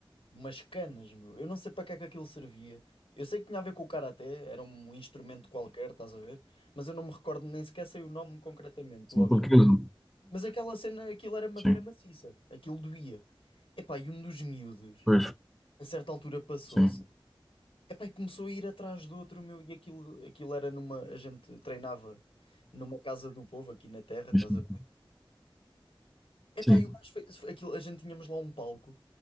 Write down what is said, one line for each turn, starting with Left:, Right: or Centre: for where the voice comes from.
Left: umas canas, meu. Eu não sei para que é que aquilo servia. Eu sei que tinha a ver com o karaté, era um instrumento qualquer, estás a ver? Mas eu não me recordo nem sequer sei o nome concretamente
Centre: sim,
Left: do objeto.
Centre: porque eu,
Left: Mas aquela cena, aquilo era madeira
Centre: sim,
Left: maciça, aquilo doía. Epá, e um dos miúdos,
Centre: pois,
Left: a certa altura passou-se.
Centre: sim,
Left: Epá, e começou a ir atrás do outro, meu, e aquilo, aquilo era numa, a gente treinava numa casa do povo aqui na terra, estás
Centre: sim,
Left: a Epá,
Centre: sim,
Left: e o gajo fez aquilo, a gente tínhamos lá um palco.